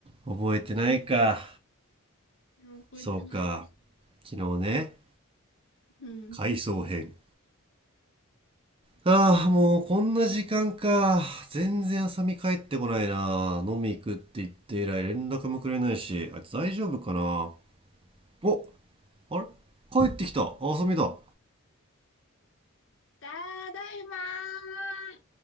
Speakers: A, on the right; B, on the left.
A: 覚えてないか
B: いや覚えてない。
A: そうか昨日ね
B: うん。
A: 回想編。ああ、もうこんな時間か。全然浅見帰ってこないな。飲み行くって言って以来連絡もくれないし、あいつ大丈夫かな。お、あれ帰ってきた。あ浅みだ。
B: ただいまー。